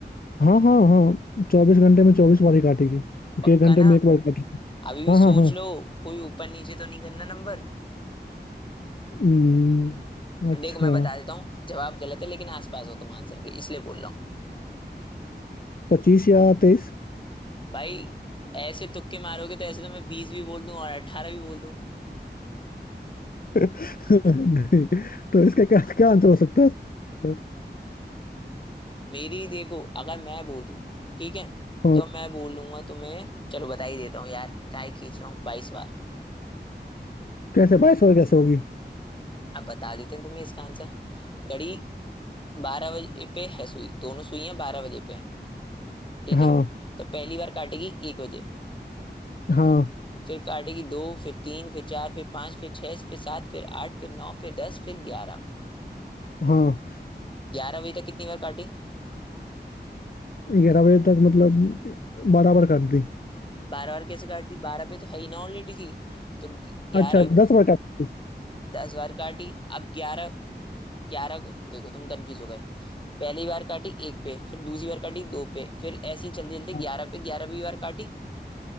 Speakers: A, on the left; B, on the left.
A: हाँ हाँ हाँ चौबीस घंटे में चौबीस बार ही काटेगी क्योंकि
B: पक्का
A: एक घंटे
B: ना
A: में एक बार काटेगी
B: अभी भी
A: हाँ
B: सोच
A: हाँ हाँ
B: लो कोई ऊपर नीचे तो नहीं करना नंबर
A: हम्म, अच्छा
B: देखो मैं बता देता हूँ जवाब गलत है लेकिन आसपास हो तुम आंसर के इसलिए बोल रहा हूँ
A: पच्चीस या तेईस
B: भाई ऐसे तुक्के मारोगे तो ऐसे तो मैं बीस भी बोल दूं और अठारह भी बोल दूं
A: <laughs> नहीं तो इसका क्या क्या आंसर हो सकता है
B: मेरी ही देखो अगर मैं बोल दूं ठीक है
A: हाँ
B: तो मैं बोलूंगा तुम्हें चलो बता ही देता हूँ यार काय खींच रहा हूँ बाईस बार
A: कैसे बाईस और कैसे होगी
B: अब बता देते हैं तुम्हें इसका आंसर घड़ी बारह बजे पे है सुई दोनों सुइयां बारह बजे पे हैं ठीक
A: हाँ
B: है तो पहली बार काटेगी एक बजे
A: हाँ
B: फिर काटेगी दो फिर तीन फिर चार फिर पांच फिर छह फिर सात फिर आठ फिर नौ फिर दस फिर ग्यारह
A: हाँ
B: ग्यारह बजे तक कितनी बार काटी
A: ग्यारह बजे तक मतलब बराबर कर दी
B: बारह बार कैसे काट दी बारह पे तो है ही ना ऑलरेडी थी तो ग्यारह
A: अच्छा दस बार काटी
B: दस बार काटी अब ग्यारह ग्यारह को देखो तुम कंफ्यूज हो गए पहली बार काटी एक पे फिर दूसरी बार काटी दो पे फिर ऐसे ही चलते चलते
A: हाँ,
B: ग्यारह पे ग्यारहवीं बार काटी